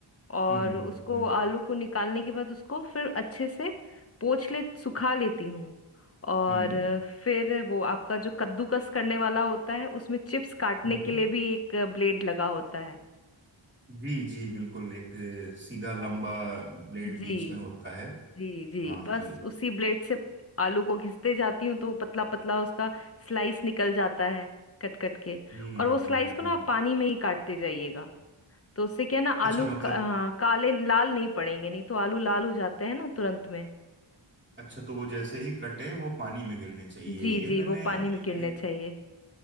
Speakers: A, on the left (about 30°); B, on the right (about 20°).
A: और
B: हम्म हम्म
A: उसको
B: हम्म हम्म,
A: आलू को निकालने के बाद उसको फिर अच्छे से पोंछ ले सुखा लेती हूँ और
B: हम्म।
A: फिर वो आपका जो कद्दूकस करने वाला होता है उसमें चिप्स काटने
B: हम्म, हम्म।
A: के लिए भी एक ब्लेड लगा होता है
B: जी जी बिल्कुल एक अ, सीधा लंबा ब्लेड
A: जी
B: बीच में होता है
A: जी जी
B: हाँ
A: बस
B: जी
A: उसी ब्लेड से आलू को घिसते जाती हूँ तो वो पतला पतला उसका स्लाइस निकल जाता है कट कट के
B: हम्म
A: और वो स्लाइस
B: हम्म
A: को
B: हम्म
A: ना आप पानी में ही काटते जाइएगा तो उससे क्या है ना
B: अच्छा
A: आलू
B: मतलब
A: क- आ, काले लाल नहीं पड़ेंगे नहीं तो आलू लाल हो जाते हैं ना तुरंत में
B: अच्छा तो वो जैसे ही कटे वो पानी में गिरने चाहिए
A: जी
B: ये
A: जी
B: मैंने
A: वो पानी में गिरने
B: एक
A: चाहिए